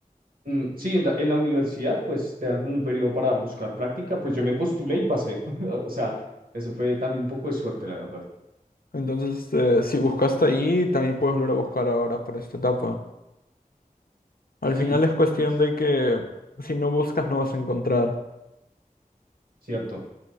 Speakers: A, on the right; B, on the left.
A: Mm, Sí, en la, en la universidad, pues te dan como un periodo para buscar práctica. Pues yo me postulé y pasé. <laughs> O sea, eso fue también un poco de suerte, la verdad.
B: Entonces, este, si buscaste ahí, también puedes volver a buscar ahora para esta etapa. Al
A: Sí,
B: final es cuestión
A: Yes.
B: de que si no buscas, no vas a encontrar.
A: cierto.